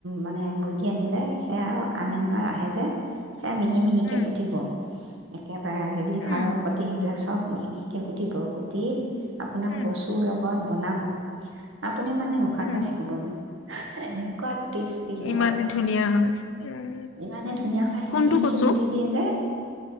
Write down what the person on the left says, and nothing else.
উম
উম
উম
উম
ইমানে ধুনীয়া হয় উম
কোনটো
কচু